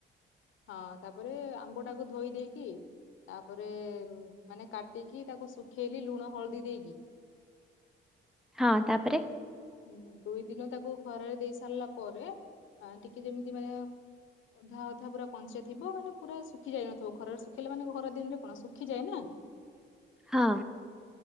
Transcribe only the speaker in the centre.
ହଁ ତାପରେ
ହଁ।